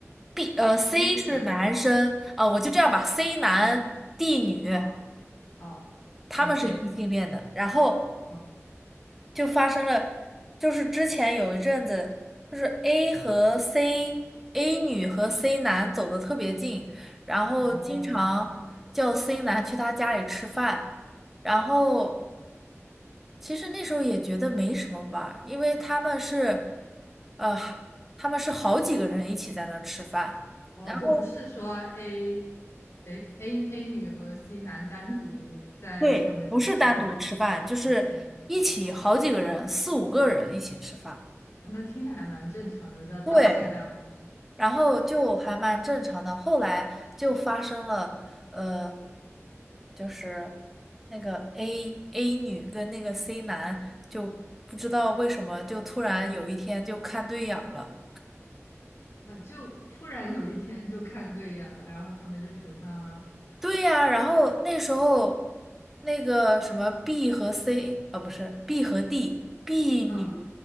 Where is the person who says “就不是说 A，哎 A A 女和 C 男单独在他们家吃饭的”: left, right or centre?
Left